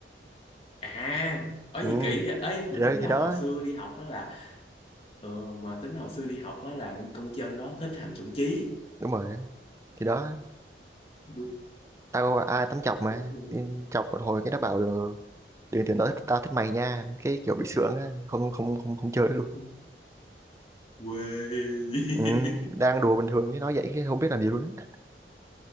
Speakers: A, on the left (about 30°); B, on the right (about 15°).
A: À ở
B: ừ
A: gì kỹ vậy? Ê
B: thì
A: mà
B: đó,
A: tính ra
B: thì đó
A: hồi xưa đi học đó là ờ, mà tính hồi xưa đi học đó là con chân đó thích thằng chuẩn Chí.
B: đúng rồi thì đó
A: Đúng.
B: tao có ai tắm chọc mà
A: Đúng.
B: Nên chọc một hồi cái nó bảo được đừng tưởng tao thích, tao thích mày nha cái kiểu bị sướng á không không không không chơi được luôn
A: Đúng. Quê
B: ừ, đang
A: <laughs>
B: đùa bình thường chứ nói vậy chứ không biết làm gì luôn á